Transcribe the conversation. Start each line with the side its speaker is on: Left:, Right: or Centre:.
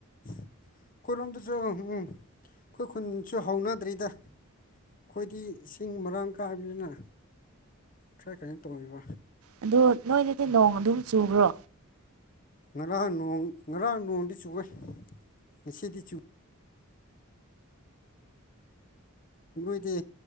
Left: ꯑꯩꯈꯣꯏꯔꯣꯝꯗꯁꯨ ꯎꯝ ꯎꯝ ꯑꯩꯈꯣꯏ ꯈꯨꯟꯁꯨ ꯍꯧꯅꯗ꯭ꯔꯤꯗ ꯑꯩꯈꯣꯏꯗꯤ ꯏꯁꯤꯡ ꯃꯔꯥꯡ ꯀꯥꯏꯕꯅꯤꯅ ꯈꯔ <inaudible> ꯇꯧꯏꯕ
Right: ꯑꯗꯣ ꯅꯣꯏꯗꯗꯤ ꯅꯣꯡ ꯑꯗꯨꯝ ꯆꯨꯕ꯭ꯔꯣ
Left: ꯉꯔꯥꯡ ꯅꯣꯡ ꯉꯔꯥꯡ ꯅꯣꯡꯗꯤ ꯆꯨꯨꯋꯦ ꯉꯁꯤꯗꯤ ꯆꯨ ꯅꯣꯏꯗꯤ